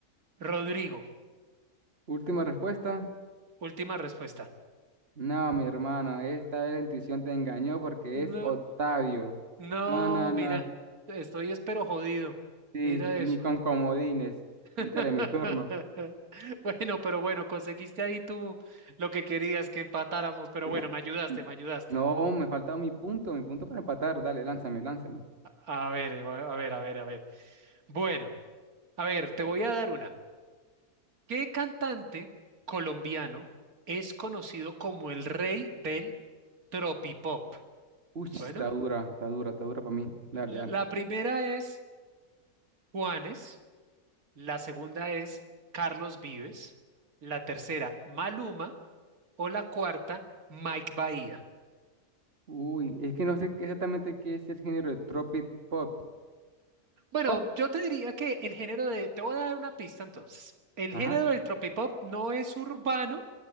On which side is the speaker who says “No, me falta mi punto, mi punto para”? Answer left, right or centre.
Right